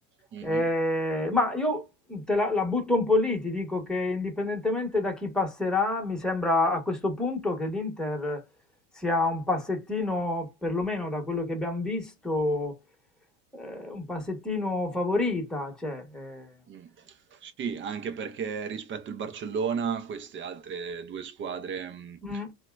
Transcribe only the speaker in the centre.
Eh, ma io te la, la butto un po' lì, ti dico che indipendentemente da chi passerà, mi sembra a questo punto che l'Inter sia un passettino, perlomeno da quello che abbiamo visto, eh, un passettino favorita, cioè, eh,
mm,